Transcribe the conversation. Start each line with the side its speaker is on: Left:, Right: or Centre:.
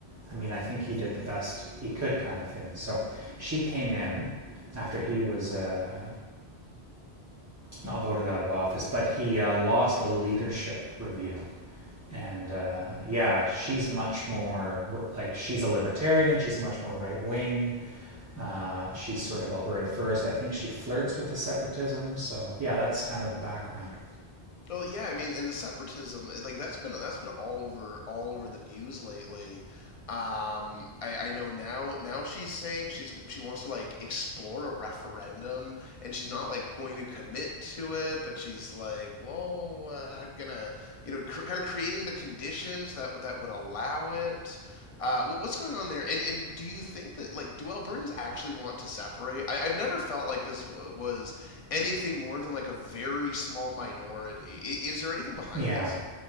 Right: I mean, I think he did the best he could, kind of thing. So she came in after he was uh, not voted out of office, but he uh, lost a leadership review. And uh, yeah, she's much more like she's a libertarian. She's much more right wing. Uh, she's sort of Alberta first. I think she flirts with the separatism. So yeah, that's kind of the background.
Left: Well, yeah, I mean, and the separatism, like that's been that's been all over all over the news lately. Um, I, I know now now she's saying she's she wants to like explore a referendum, and she's not like going to commit to it, but she's like, well, uh, I'm gonna, you know, cr- kind of creating the conditions that that would allow it. Uh, wh- what's going on there? And and do you think that like do Albertans actually want to separate? I, I've never felt like this w- was anything more than like a very small minority. I- is there anything behind
Right: Yeah.
Left: this?